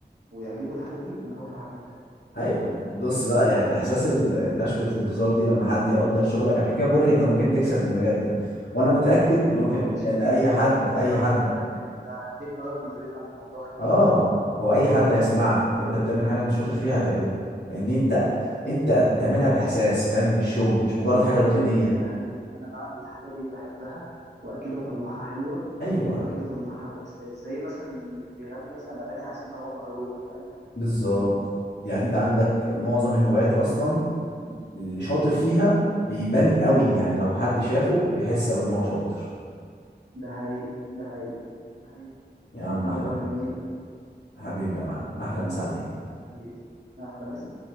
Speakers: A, on the right (about 75°); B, on the left (about 85°).
A: ويعجبه الحاجه دي انا بفرح جدا
B: اي بص بقى يعني احساس ال- نشوة الانتصار دي لما حد يقدر شغلك عشان كده بقول لك انت ممكن تكسب من المجال ده وانا متأكد مليون
A: اه
B: في
A: هبقى
B: المية
A: مبسوط
B: ان اي
A: جدا
B: حد
A: فعلا
B: اي
A: والله
B: حد
A: على فكره انت انت خليتني اغير نظريتي عن الموضوع خلي
B: اه
A: بالك
B: هو اي حد هيسمعك وانت بتعمل حاجة انت شاطر فيها هتعجبه لان انت انت بتعملها باحساس فاهم مش شغل مش مجرد حاجة
A: ده حقيقي
B: روتينية
A: ده حقيقي انا بعمل الحاجه دي بحبها واكيد هطلعها حلوه
B: ايوه
A: واكيد هطلعها باحساس زي مثلا اللي بيغني مثلا اغاني حزينه وهو مجروح فاهم
B: بالظبط يعني انت عندك معظم الهوايات اصلا اللي شاطر فيها بيبان قوي يعني لو حد شافه بيحس قوي ان هو شاطر
A: ده حقيقي ده حقيقي ده حقيقي
B: يا عم
A: والله
B: احلى
A: وهي جميله
B: حبيبي يا معلم احلى مسا عليك
A: حقيقي احلى مسا